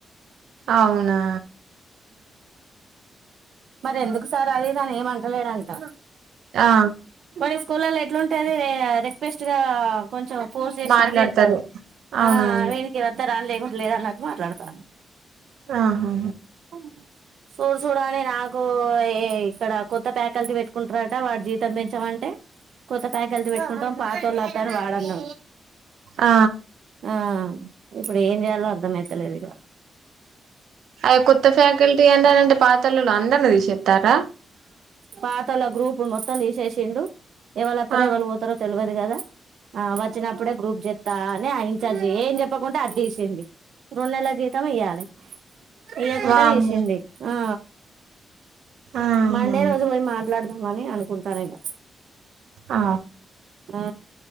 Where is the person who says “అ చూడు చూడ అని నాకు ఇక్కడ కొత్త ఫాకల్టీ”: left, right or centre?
Right